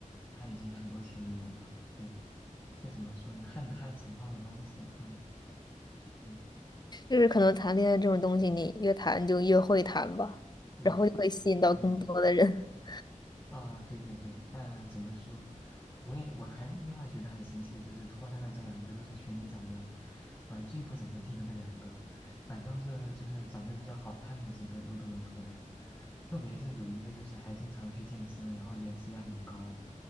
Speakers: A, on the left; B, on the left.
A: 他已经很多前女友了。对，就怎么说呢，旱的旱死，涝的涝死。嗯嗯，
B: 就是可能谈恋爱这种东西，你越谈就越会谈吧，
A: 对
B: 然后就会吸引到更多的人。
A: 对。
B: <laughs>
A: 啊，对对对，但怎么说，我也我还另外觉得很神奇的就是，脱单的这两个都是群里长得，呃，最不怎么地的那两个，反倒是就是长得比较好看的几个都都没脱单，特别是有一个就是还经常去健身，然后颜值也很高，